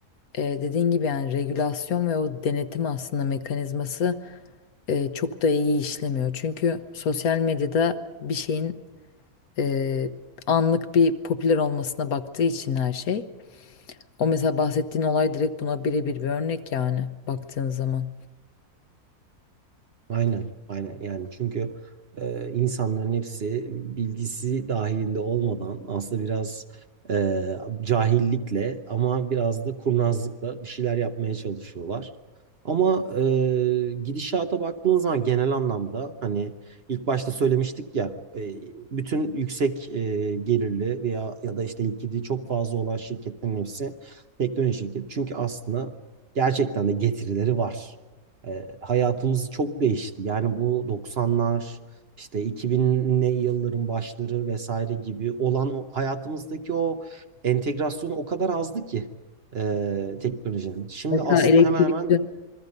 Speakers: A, on the left; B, on the right.
A: E, dediğin gibi yani regülasyon ve o denetim aslında mekanizması e, çok da iyi işlemiyor. Çünkü sosyal medyada bir şeyin e, anlık bir popüler olmasına baktığı için her şey. O mesela bahsettiğin olay direkt buna birebir bir örnek yani baktığın zaman.
B: Aynen, aynen. Yani çünkü e, insanların hepsi bilgisi dahilinde olmadan aslında biraz e, cahillikle ama biraz da kurnazlıkla bir şeyler yapmaya çalışıyorlar. Ama e, gidişata baktığınız zaman genel anlamda hani ilk başta söylemiştik ya e, bütün yüksek e, gelirli veya ya da işte likidi çok fazla olan şirketlerin hepsi teknoloji şirketi. Çünkü aslında gerçekten de getirileri var. E, hayatımız çok değişti. Yani bu 90'lar işte 2000'li yılların başları vesaire gibi olan o hayatımızdaki o entegrasyon o kadar azdı ki e, teknolojinin. Şimdi
A: Mesela
B: aslında
A: elektrikli
B: hemen hemen